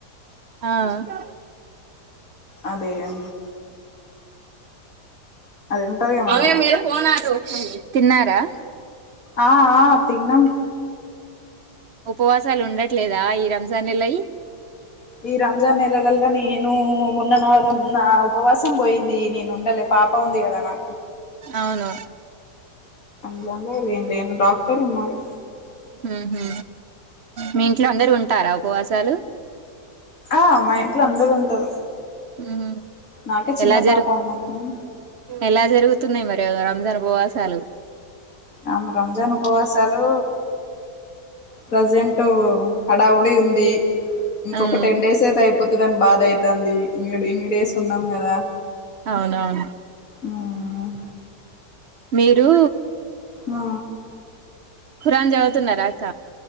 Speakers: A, on the right; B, on the left.
A: ఆ అమ్మ
B: అదేగా ఉంటదిగా మన
A: అవే మీరు ఓన <unintelligible> తిన్నారా
B: ఆ ఆ తిన్నం
A: ఉపవాసాలు ఉండట్లేదా ఈ రంజాన్ నెలయి
B: ఈ రంజాన్ నెలల్లా నేను మొన్న న నా ఉపవాసం పోయింది. నేను ఉండలే పాప ఉంది కదా నాక్
A: అవును
B: మండే నేను లేను డాక్టర్ ఉన్నారు.
A: ఉహు మీ ఇంట్లో అందరు ఉంటారా ఉపవాసాలు
B: అ మా ఇంట్లో అందరు ఉంటారు.
A: ఉమ్
B: నాకే చిన్న
A: ఎలా జరుగు
B: పాప ఉన్నదని
A: ఎలా జరుగుతున్నాయి. మరి ఏదో రంజాన్ ఉపవాసాలు
B: ఆమె రంజాన్ ఉపవాసాలు ప్రజెంట్ హడావ బి ఉంది ఇంకొక
A: ఉమ్
B: టెన్ డేస్ అయితే అయిపోతుందిని బాధ ఐతది ఇన్ని డేస్ ఉన్నాం. కదా
A: అవునవును
B: ఉమ్
A: మీరూ
B: ఆ
A: కురాన్ చదువుతునారా అక్క